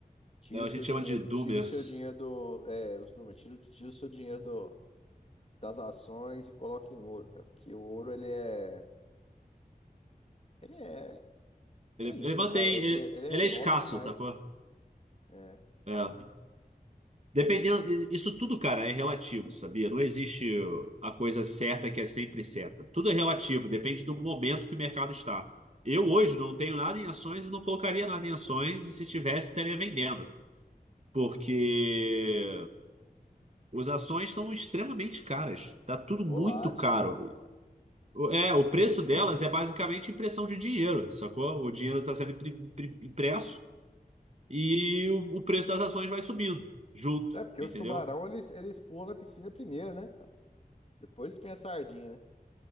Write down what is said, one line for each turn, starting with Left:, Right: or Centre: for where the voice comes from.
Left: Tira
Right: É, a
Left: o seu
Right: gente chama
Left: dinheiro,
Right: de doomers.
Left: tira o seu dinheiro do... É, os números, tira, o- tira o seu dinheiro do, das ações e coloque em ouro, cara. Porque o ouro, ele é... Ele é,
Right: Ele,
Left: é isso,
Right: ele mantém.
Left: né, cara? Ele,
Right: Ele,
Left: ele é
Right: ele é
Left: nobre
Right: escasso,
Left: demais.
Right: sacou?
Left: É.
Right: É. Dependendo. Isso tudo, cara, é relativo, sabia? Não existe a coisa certa que é sempre certa. Tudo é relativo, depende do momento que o mercado está. Eu hoje não tenho nada em ações e não colocaria nada em ações, e se tivesse, estaria vendendo. Porque as ações estão extremamente caras. Tá tudo
Left: Volátil
Right: muito caro.
Left: também, né?
Right: O- É, o preço delas é basicamente impressão de dinheiro, sacou? O dinheiro está sendo impri- impri- impresso. e o, o preço das ações vai subindo junto,
Left: É, porque
Right: entendeu?
Left: os tubarão, eles, eles pulam na piscina primeiro, né? Depois que vem a sardinha, né?